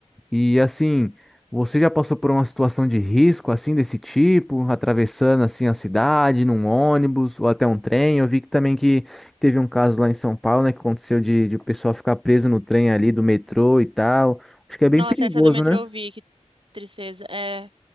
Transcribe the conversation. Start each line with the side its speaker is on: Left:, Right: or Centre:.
Centre: E assim, você já passou por uma situação de risco assim desse tipo, atravessando assim a cidade num ônibus ou até um trem? Eu vi que também que teve um caso lá em São Paulo, né, que aconteceu de, de o pessoal ficar preso no trem ali do metrô e tal. Acho que é bem
Right: Nossa,
Centre: perigoso,
Right: essa do metrô
Centre: né?
Right: eu vi, que tristeza. É,